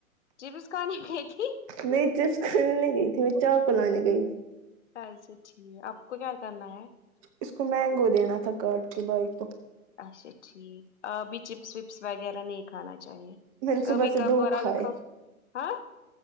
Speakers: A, on the left; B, on the right.
A: چپس کہانے گئی تھی
B: می چپس کھانے نہی گئی تھی میں چاو کو لانے گئی تھی
A: اچھا ٹھیک ہے آپ کو کیا کرنا ہے
B: اس کو مینگو دینا تھا کارڈ کے بھائی کو
A: اچھا ٹھیک آپ بھی چپس وپس وغیرہ نہیں کھانا چاہیے
B: می
A: کبھی
B: صبس سے
A: کبھار
B: دو کھائے
A: اگر کھاؤ ہاں